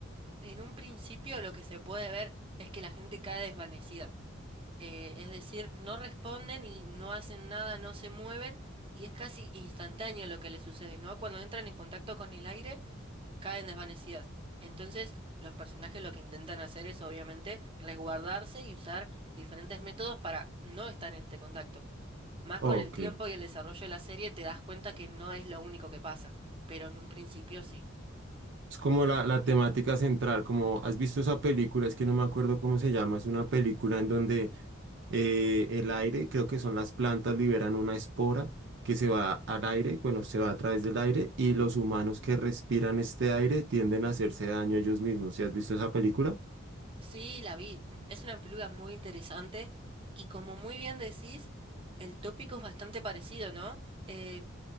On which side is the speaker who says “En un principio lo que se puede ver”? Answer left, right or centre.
Right